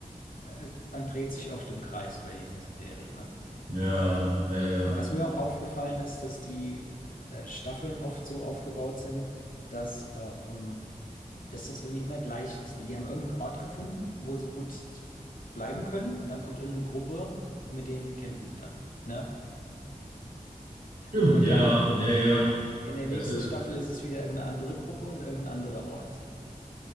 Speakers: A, on the left; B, on the right.
A: es, man dreht sich oft im Kreis bei diesen Serien, ne?
B: Ja, ja, ja.
A: Was mir auch aufgefallen ist, dass die äh, Staffeln oft so aufgebaut sind, dass, ähm, dass das irgendwie immer gleich ist, ne? Die haben irgendeinen Ort gefunden, wo sie gut bleiben können und dann kommt irgendeine Gruppe, mit denen kämpfen sie dann. Ne?
B: Stimmt,
A: Und
B: ja,
A: dann
B: ja, ja.
A: In der
B: Das
A: nächsten
B: ist.
A: Staffel ist es wieder irgendeine andere Gruppe und irgendein anderer Ort.